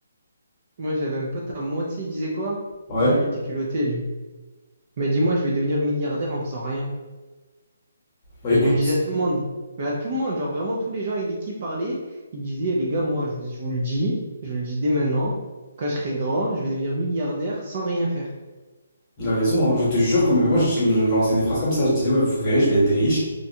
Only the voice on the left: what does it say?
Ouais.
Bah écoute.
Il a raison, hein. Je te jure que même moi, je je lançais des phrases comme ça. Je disais, ouais, vous verrez, je vais être riche.